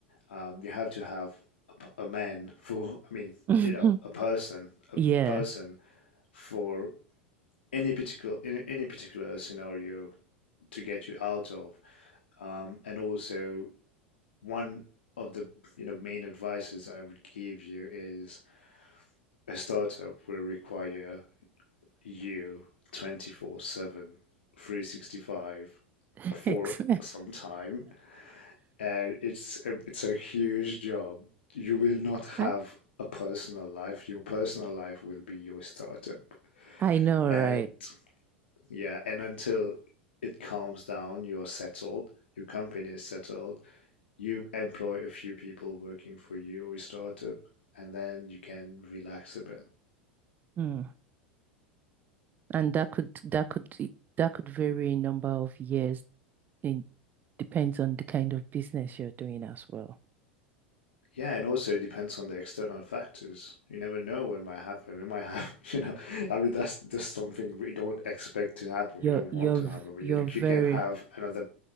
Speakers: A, on the left; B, on the right.
A: um, you have to have a, p- a man for, I mean,
B: <laughs>
A: you know, a person, a
B: Yeah.
A: person for any particular in any particular scenario to get you out of. Um, and also, one of the you know main advices I would give you is a startup will require you 24 7, 365
B: <laughs>
A: for
B: Ex-
A: some time, and it's a, it's a huge job. You will not
B: <laughs>
A: have
B: I,
A: a personal life. Your personal life will be your startup.
B: I know,
A: And
B: right?
A: yeah, and until it calms down, you're settled, your company is settled, you employ a few people working for you or your startup, and then you can relax a bit.
B: Mm. And that could that could that could vary in number of years. It depends on the kind of business you're doing as well.
A: Yeah, and also it depends on the external factors. You never know what might happen. We might <laughs> have, you know, I mean, that's just something we don't expect to happen.
B: You're
A: We don't
B: you're
A: want to
B: v-
A: happen. We,
B: you're
A: you
B: very
A: can have another